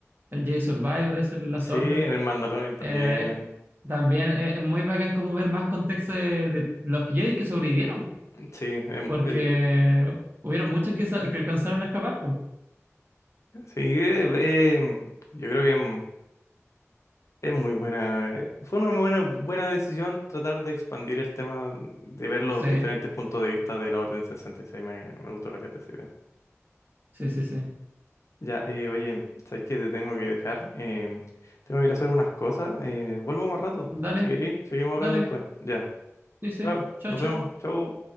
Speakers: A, on the right; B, on the left.
A: el Jedi Survivor, es el Last
B: sí,
A: Order
B: en el Mandalorian también.
A: Eh, también es es muy bacán como ver más contexto de, de los Jedi que sobrevivieron,
B: Sí, em,
A: porque
B: eh,
A: hubieron muchos que, sa- que alcanzaron a escapar, pues.
B: sí, eh, eh, yo creo que em, es muy buena. eh, Fue una muy buena, buena decisión tratar de expandir el tema, de ver los
A: Sí,
B: diferentes puntos de vista de la Orden sesenta y seis. Me, me gustó caleta esa idea.
A: sí, sí, sí.
B: Ya, eh, oye, sabes que te tengo que dejar. em, tengo que ir a hacer unas cosas. eh, vuelvo más rato.
A: Dale,
B: Si querés, seguimos hablando
A: dale,
B: después. Ya,
A: sí, sí,
B: chao,
A: chao,
B: nos
A: chao.
B: vemos, chao.